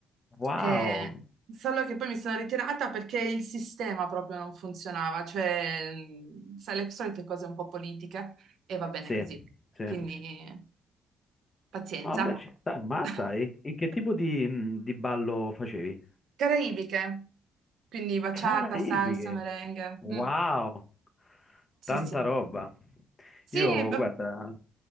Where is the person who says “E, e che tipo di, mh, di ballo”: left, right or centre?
Left